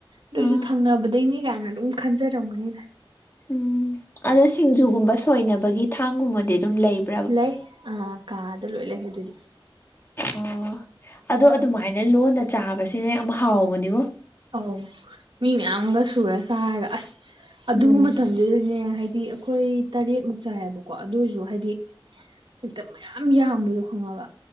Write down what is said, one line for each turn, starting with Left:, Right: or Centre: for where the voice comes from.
Right: ꯑꯗꫭꯏꯁꯨ
Left: ꯑꯥ
Right: ꯊꯪꯅꯕꯗꯩꯅꯤ ꯀꯥꯏꯅ ꯑꯗꯨꯝ ꯈꯟꯖꯔꯝꯒꯅꯤꯗ
Left: ꯎꯝ ꯑꯗꯣ ꯁꯤꯡꯖꯨꯒꯨꯝꯕ ꯁꯣꯏꯅꯕꯒꯤ ꯊꯥꯡꯒꯨꯝꯕꯗꯤ ꯑꯗꯨꯝ ꯂꯩꯕ
Right: ꯂꯩ ꯑꯥ ꯀꯥꯗ ꯂꯣꯏ ꯂꯩ ꯑꯗꯨꯗꯤ
Left: ꯑꯣ ꯑꯗꯣ ꯑꯗꯨꯃꯥꯏꯅ ꯂꯣꯟꯅ ꯆꯥꯕꯁꯤꯅ ꯌꯥꯝ ꯍꯥꯎꯕꯅꯤꯉꯣ
Right: ꯑꯧ ꯃꯤ ꯃꯌꯥꯝ ꯑꯝꯒ ꯁꯨꯔ ꯆꯥꯔꯒ ꯑꯁ ꯑꯗꯨ
Left: ꯎꯝ
Right: ꯃꯇꯝꯗꯨꯗꯅꯦ ꯍꯥꯏꯗꯤ ꯑꯩꯈꯣꯏ ꯇꯔꯦꯠ ꯃꯨꯛ ꯆꯥꯏꯑꯕꯀꯣ ꯑꯗꯨꯑꯣ ꯑꯣꯏꯔꯁꯨ ꯍꯥꯏꯗꯤ ꯍꯦꯛꯇ ꯃꯌꯥꯝ ꯌꯥꯝꯕꯗꯣ ꯈꯪꯉꯕ